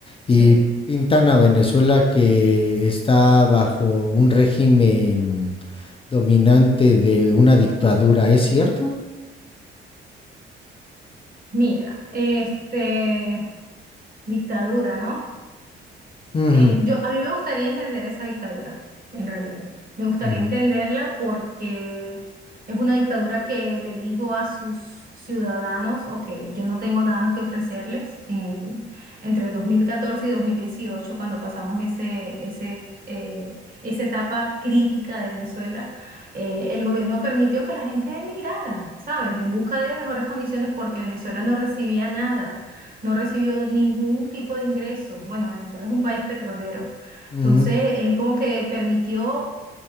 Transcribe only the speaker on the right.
Sí.
Mira, este, dictadura, ¿no?
Eh, yo, a mí me gustaría entender esa dictadura, en realidad. Me gustaría
entenderla porque es una dictadura que le dijo a sus ciudadanos, ok, yo no tengo nada que ofrecerles en el- entre 2014 y 2018, cuando pasamos ese, ese, eh, esa etapa crítica de Venezuela, eh, el gobierno permitió que la gente emigrara, ¿sabes? En busca de mejores condiciones porque Venezuela no recibía nada no recibió ningún tipo de ingreso. Bueno, Venezuela es un país petrolero.
Entonces, él como que permitió